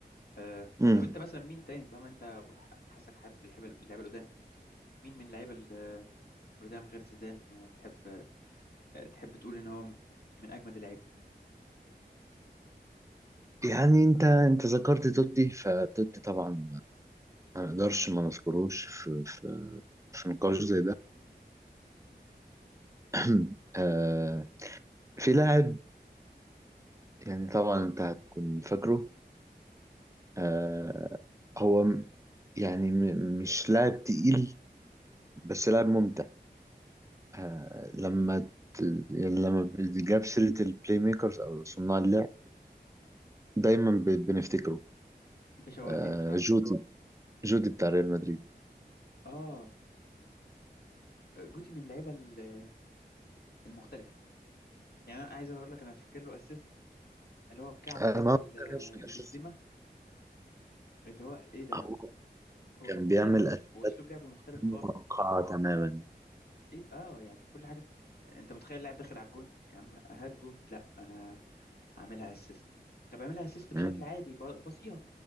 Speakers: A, on the left; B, on the right.
A: آه،
B: امم
A: طب انت مثلا مين تاني طالما انت ح- حاسك حابب اللعيبه اللعيبة القدام مين من اللعيبه القدام غير زيدان آه، تحب آه، تحب تقول ان هو م- من اجمد اللعيبه
B: يعني انت انت ذكرت توتي فتوتي طبعا ما نقدرش ما نذكروش في في في نقاش زي ده <clears throat> آه في لاعب يعني طبعا انت هتكون فاكره آه هو م- يعني م- مش لاعب تقيل بس لاعب ممتع آه لما ت... يعني لما بيجاب سيرة البلاي ميكرز او صناع اللعب دايما ب... بنفتكره
A: انت شوقتني
B: آه
A: بصراحه
B: جودي جودي بتاع ريال مدريد
A: اه آه، جوتي من اللعيبه ال- المختلفه يعني انا عايز اقول لك انا فاكر له اسيست اللي هو بكعبه
B: انا
A: كده
B: ما
A: ل-
B: بعرفش الاساس
A: لبنزيما اللي هو ايه ده يا
B: هو
A: عم هو
B: كان
A: كان مختلف
B: بيعمل اساس
A: واسلوب لعبه مختلف خالص
B: متوقعة تماما
A: ايه اه يعني كل حاجه انت متخيل اللاعب داخل على الجون يا عم هات جون لا انا هعملها اسيست طب اعملها اسيست
B: مم.
A: بشكل عادي ب- بصيها